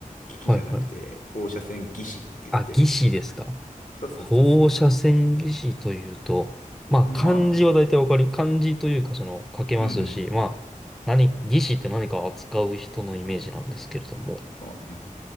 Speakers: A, on the left; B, in the centre.
A: 機器じゃなくて、
B: はいはい。
A: 放射線技師って言って。
B: あ、技師ですか
A: そうそうそうそう。
B: 放射線技師というと、まあ漢字は大体わかり、
A: と、まあ、
B: 漢字というかその書けますし、
A: うんうん。
B: まあ何、技師って何かを扱う人のイメージなんですけれども。
A: そうね。